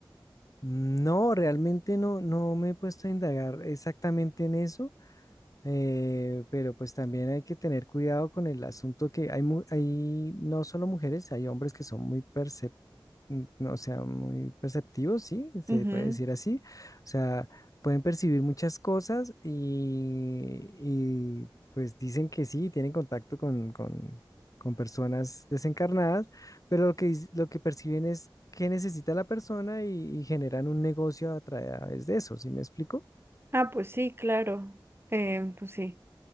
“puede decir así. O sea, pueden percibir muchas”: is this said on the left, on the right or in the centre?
Left